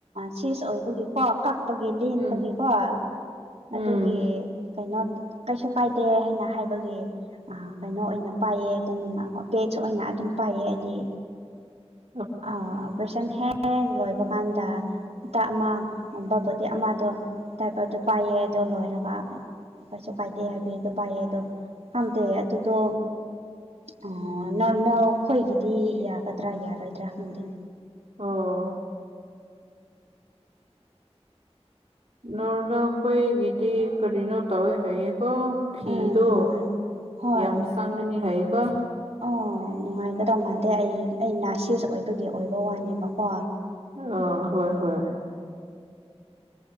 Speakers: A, on the right; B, on the right.
A: ꯁꯤꯦꯁ ꯑꯣꯏꯕꯒꯤ ꯀꯣ ꯀ ꯄꯒꯤ ꯂꯦꯟꯕꯒꯤꯀꯣ
B: ꯎꯝ
A: ꯑꯗꯨꯒꯤ
B: ꯎꯝ
A: ꯀꯩꯅꯣ ꯀꯩꯁꯨ ꯀꯥꯏꯗꯦ ꯍꯥꯏꯅ ꯍꯥꯏꯕꯒꯤ ꯀꯩꯅꯣ ꯑꯣꯏꯅ ꯄꯥꯏꯌꯦ ꯑꯗꯨꯝ ꯄꯦꯖ ꯑꯣꯏꯅ ꯑꯗꯨꯝ ꯄꯥꯏꯌꯦ ꯍꯥꯏꯗꯤ
B: <inaudible>
A: ꯑꯥ ꯑꯣꯄ꯭ꯔꯦꯁꯟ ꯍꯦꯛ ꯂꯣꯏꯕ ꯀꯥꯟꯗ ꯍꯇꯥ ꯑꯃꯒꯨꯝꯕ ꯕꯣꯇꯤ ꯑꯃꯗꯣ ꯇꯗꯥꯥꯏꯄꯔꯗꯨꯣ ꯄꯥꯏꯌꯦ ꯑꯗꯣ ꯂꯣꯏꯔꯒ ꯀꯩꯁꯨ ꯀꯥꯏꯗꯦ ꯍꯥꯏꯕꯗꯣ ꯄꯥꯏꯌꯦ ꯑꯗꯣ ꯈꯪꯗꯦ ꯑꯗꯨꯗꯣ ꯑ ꯅꯣꯔꯃꯦꯜ ꯑꯩꯈꯣꯏꯒꯤꯗꯤ ꯌꯥꯒꯗ꯭ꯔꯥ ꯌꯥꯔꯣꯏꯗ꯭ꯔꯥ ꯈꯪꯗꯦ
B: ꯑꯣ ꯅꯣꯔꯃꯦꯜ ꯑꯩꯈꯣꯏꯒꯤꯗꯤ ꯀꯔꯤꯅꯣ ꯇꯧꯋꯦ ꯍꯥꯏꯌꯦꯀꯣ ꯐꯤꯗꯣ
A: ꯎꯝ ꯅꯨꯡꯉꯥꯏ ꯍꯣꯏ
B: ꯌꯥꯝ ꯆꯪꯒꯅꯤ ꯍꯥꯏꯌꯦꯀꯣ
A: ꯑꯣ ꯅꯨꯡꯉꯥꯏꯒꯗꯧꯕ ꯃꯥꯟꯗꯦ ꯑꯩ ꯑꯩ ꯅꯥꯁꯤꯑꯁ ꯑꯣꯏꯕꯒꯤ ꯑꯣꯏꯕ ꯋꯥꯅꯦꯕꯀꯣ
B: ꯑ ꯍꯣꯏ ꯍꯣꯏ